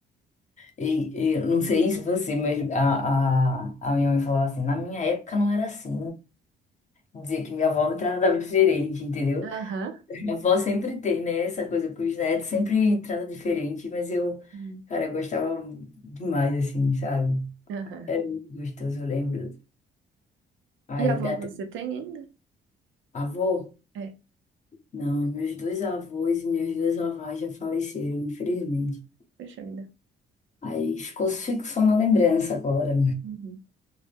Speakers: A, on the left; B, on the right.
A: E, e eu não sei se você, mas a, a, a minha mãe falava assim, na minha época não era assim. Dizer que minha avó me tratava diferente, entendeu?
B: Aham.
A: Minha avó sempre tem, né? Essa coisa com os netos, sempre trata diferente, mas eu,
B: Hum.
A: cara, eu gostava demais, assim, sabe?
B: Aham.
A: Era muito gostoso, eu lembro. Aí
B: E avô
A: dá
B: você
A: até...
B: tem ainda?
A: Avô?
B: É,
A: Não, meus dois avós e minhas duas avós já faleceram, infelizmente.
B: poxa vida.
A: Aí ficou, fico só na lembrança agora.
B: Uhum.